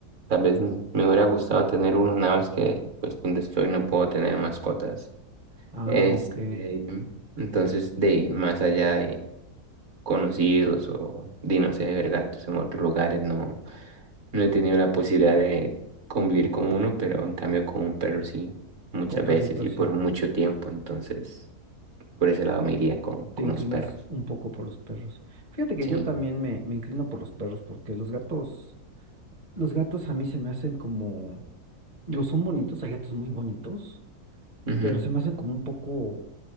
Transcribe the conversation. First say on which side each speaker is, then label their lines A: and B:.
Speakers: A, on the right (about 55°); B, on the right (about 30°).
A: tal vez me hubiera gustado tener uno, nada más que pues donde estoy no puedo tener mascotas.
B: Ah,
A: Este,
B: ok.
A: entonces, de ahí, más allá de conocidos o de, no sé, ver gatos en otros lugares, no, no he tenido la posibilidad de convivir con uno, pero en cambio con un perro sí, muchas
B: Con perritos,
A: veces y por
B: sí.
A: mucho tiempo. Entonces, por ese lado me iría con,
B: Te
A: con
B: inclinas
A: los perros.
B: un poco por los perros. Fíjate que
A: Sí.
B: yo también me, me inclino por los perros porque los gatos, los gatos a mí se me hacen como, digo, son bonitos, hay gatos muy bonitos
A: Ujú.
B: pero se me hacen como un poco